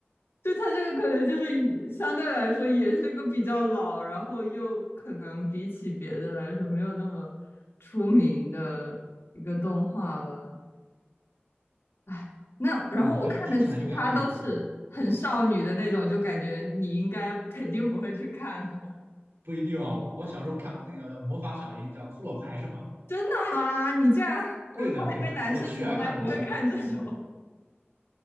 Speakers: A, on the left; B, on the right.
A: 就它这个可能就是以相对来说也是个比较老，然后又可能比起别的来说没有那么出名的一个动画吧。唉，那然后我看的其他都是很少女的那种，
B: 嗯，但是听起来应该会很啊，
A: 就感觉你应该肯定不会去看的。
B: 不一定哦。我小时候看过那个叫叫魔法小樱，叫骷髅牌是吗？
A: 真的吗？你这样，我我还以为男生从来不会看这种。
B: 对的对的，我巨爱看那个小时候，